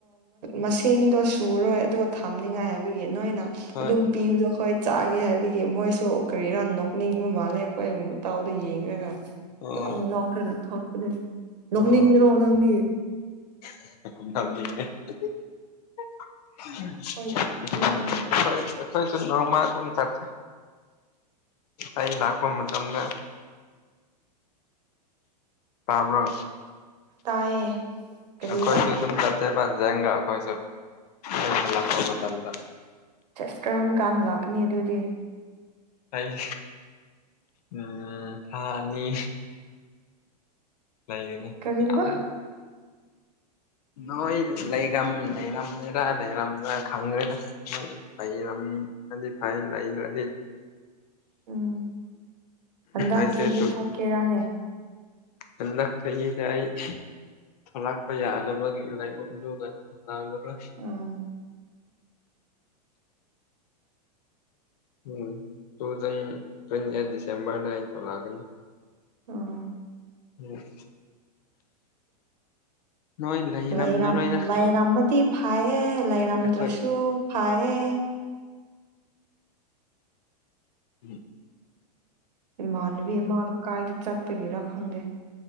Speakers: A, on the right; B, on the left.
A: ꯃꯁꯤꯡꯗꯣ ꯁꯨꯔꯣꯏ ꯑꯗꯣ ꯊꯥꯝꯅꯤꯡꯉꯥꯏ ꯍꯥꯏꯕꯒꯤ ꯅꯣꯏꯅ
B: ꯍꯣꯏ
A: ꯑꯗꯨꯝ ꯄꯤꯕꯗꯣ ꯑꯩꯈꯣꯏ ꯆꯥꯒꯦ ꯍꯥꯏꯕꯒꯤ ꯃꯣꯏꯁꯨ ꯀꯔꯤꯔꯥ ꯅꯣꯛꯅꯤꯡꯕ ꯃꯥꯜꯂꯦ ꯑꯩꯈꯣꯏ ꯃꯇꯧꯗꯣ ꯌꯦꯡꯔꯒ
B: ꯑꯣ
A: ꯌꯥꯝ ꯅꯣꯛꯔꯒ ꯊꯣꯛꯄꯅꯦ ꯅꯣꯛꯅꯤꯡꯗ꯭ꯔꯣ
B: ꯑꯣ
A: ꯅꯪꯗꯤ
B: <unintelligible>
A: ꯍꯣꯏ ꯅꯣꯛꯅꯤꯡꯉꯦꯗꯥ
B: ꯎꯝ ꯑꯩꯈꯣꯏ ꯑꯩꯈꯣꯏꯁꯨ ꯅꯣꯡꯃ ꯑꯗꯨꯝ ꯆꯠꯁꯦ ꯑꯩ ꯂꯥꯛꯄ ꯃꯇꯝꯗ ꯇꯕ꯭ꯔꯣ
A: ꯇꯥꯏꯌꯦ ꯀꯔꯤꯕ
B: ꯑꯩꯈꯣꯏꯁꯨ ꯑꯗꯨꯝ ꯆꯠꯁꯦꯕ ꯖꯦꯡꯒ ꯑꯩꯈꯣꯏꯁꯨ ꯑꯩ ꯍꯜꯂꯛꯄ ꯃꯇꯝꯗ
A: ꯆꯁ ꯀꯔꯝ ꯀꯥꯟꯅ ꯂꯥꯛꯀꯅꯤ ꯑꯗꯨꯗꯤ
B: ꯑꯩ ꯎꯝ ꯊꯥ ꯑꯅꯤ ꯂꯩꯒꯅꯤ
A: ꯀꯔꯤꯕ
B: ꯌꯥꯝ ꯅꯣꯏ ꯂꯩꯔꯝ ꯂꯩꯔꯝꯃꯦꯔꯥ ꯂꯩꯔꯝꯔꯥ ꯈꯪꯗ꯭ꯔꯦꯅꯦ ꯅꯣꯏ ꯂꯩꯔꯝꯑꯗꯤ ꯐꯩ ꯂꯩꯗꯔꯗꯤ
A: ꯎꯝ ꯍꯟꯗꯛ
B: ꯑꯩꯁꯦ
A: ꯆꯍꯤ
B: ꯇꯨ
A: ꯊꯣꯛꯀꯦꯔꯥꯅꯦ
B: ꯍꯟꯗꯛ ꯆꯍꯤꯗ ꯑꯩ ꯊꯣꯛꯂꯛꯄ ꯌꯥꯗꯕꯒꯤ ꯂꯥꯏꯕꯛ ꯑꯗꯨꯒ ꯊꯣꯛꯔꯛꯔꯂꯣꯏ
A: ꯎꯝ
B: ꯎꯝ ꯇꯨꯖꯟ ꯇ꯭ꯋꯦꯟꯇꯤ ꯑꯩꯠ ꯗꯤꯁꯦꯝꯕꯔꯗ ꯑꯩ ꯊꯣꯛꯂꯛꯀꯅꯤ
A: ꯎꯝ
B: ꯎꯝ <unintelligible> ꯅꯣꯏ ꯂꯩꯔꯝꯂꯔꯣꯏꯗ
A: ꯂꯩꯔꯝ ꯂꯩꯔꯝꯃꯗꯤ ꯐꯩꯌꯦ ꯂꯩꯔꯝꯗꯔꯁꯨ
B: ꯑꯩꯈꯣꯏ
A: ꯐꯩꯌꯦ
B: ꯎꯝ
A: ꯏꯃꯥꯟꯅꯕꯤ ꯑꯃꯥꯗꯣ ꯀꯥꯏꯗ ꯆꯠꯄꯒꯤꯔ ꯈꯪꯗꯦ